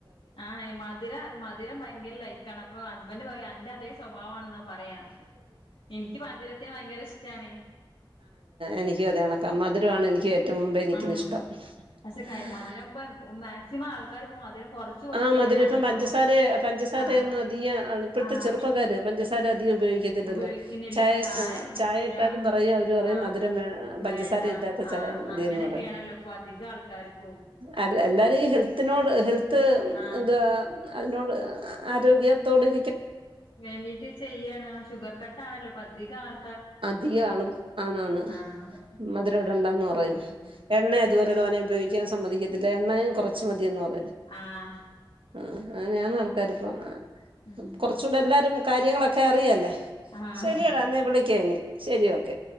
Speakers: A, on the left; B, on the right.
A: ആഹ മധുരം, മധുരം ഭയങ്കര ലൈക്കാണ്, അപ്പൊ ഹസ്ബൻഡ് പറയ് അന്റെ അതേ സ്വഭാവാണ് ന്നാ പറയാ എനിക്ക് പാന്തിരത്തി ഭയങ്കര ഇഷ്ടാണ്
B: എനക്ക് അതേ കണക്കാ മധുരമാണ് എനിക്ക് ഏറ്റവും മുമ്പേ നിക്കുന്ന
A: അം പക്ഷെ
B: ഇഷ്ടം
A: കയ് മധുരം ഇപ്പ മാക്സിമം ആൾക്കാര്പ്പോ മധുരം കൊറച്ച് കൊറച്ച്
B: ആഹ മധുരം
A: വരാണല്ലോ
B: ഇപ്പം പഞ്ചസാര പഞ്ചസാരയൊന്നും
A: ആഹ്
B: അധീകം ഇപ്പോഴത്തെ
A: ആഹ്
B: ചെറുപ്പക്കാര് പഞ്ചസാര ഉപയോഗിക്കത്തില്ലല്ലേ
A: ഉപയോഗിക്കുന്നില്ല
B: ചായ
A: കുടിക്കൂല
B: ചായ ഇട്ടാലും പറയും അവര് പറയും
A: ആഹ്
B: മധുരം വേ പഞ്ചസാര
A: വേണ്ട
B: ല്ലാത്ത
A: ആഹ്
B: ചായ ഇതിന്ന്
A: അങ്ങനെയൊക്കെയാണല്ലോ
B: പറയാ
A: ഇപ്പൊ അധികം ആൾക്കാർക്കും
B: ആ എല്ലാരും ഈ ഹെൽത്തിനോട് ഹെൽത്ത്
A: ആഹ്
B: എന്ത അതിനോട് ആരോഗ്യത്തോടരി
A: വേണ്ടീട്ട് ചെയ്യാണ്. ആ ഷുഗർ കട്ടാണല്ലോപ്പധിക ആൾ
B: അധികാളും ആന്നാന്ന്
A: ആഹ്
B: മധുരംവിടെണ്ടാന്ന് പറയും
A: ഉം
B: എണ്ണ അതുപോലെ തോന്നെ ഉപയോഗിക്കാൻ സമ്മതിക്കത്തില്ല എണ്ണയും കുറച്ച് മതിയെന്ന് പറയും.
A: ആഹ.
B: ആ ഞാൻ ആൾക്കാർപ്പം ആ
A: ഉം
B: കുറച്ചുകൂടെ എല്ലാവരും കാര്യങ്ങളൊക്കെ അറിയല്ലേ.
A: ആഹ്
B: ശരിയടാ എന്നാ വിളിക്ക ഇനി ശരി ഓക്കെ.